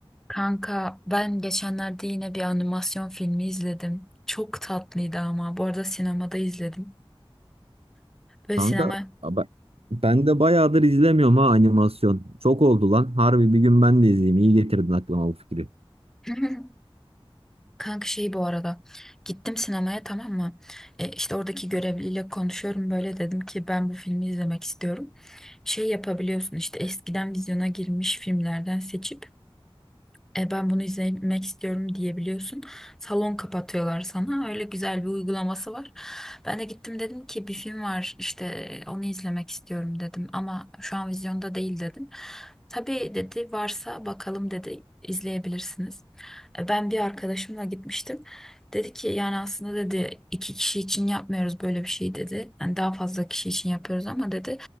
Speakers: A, in the centre; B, on the right.
A: Kanka ben geçenlerde yine bir animasyon filmi izledim. Çok tatlıydı ama. Bu arada sinemada izledim. Böyle
B: Kanka
A: sinema...
B: ben, ben de bayağıdır izlemiyorum ha animasyon. Çok oldu lan. Harbi bir gün ben de izleyeyim. İyi getirdin aklıma bu fikri.
A: <laughs> Kanka şey bu arada. Gittim sinemaya tamam mı? E, işte oradaki görevliyle konuşuyorum. Böyle dedim ki ben bu filmi izlemek istiyorum. Şey yapabiliyorsun işte eskiden vizyona girmiş filmlerden seçip E ben bunu izlemek istiyorum diyebiliyorsun. Salon kapatıyorlar sana. Öyle güzel bir uygulaması var. Ben de gittim dedim ki bir film var işte e, onu izlemek istiyorum dedim. Ama şu an vizyonda değil dedim. Tabii dedi varsa bakalım dedi izleyebilirsiniz. E, Ben bir arkadaşımla gitmiştim. Dedi ki yani aslında dedi iki kişi için yapmıyoruz böyle bir şey dedi. Yani daha fazla kişi için yapıyoruz ama dedi.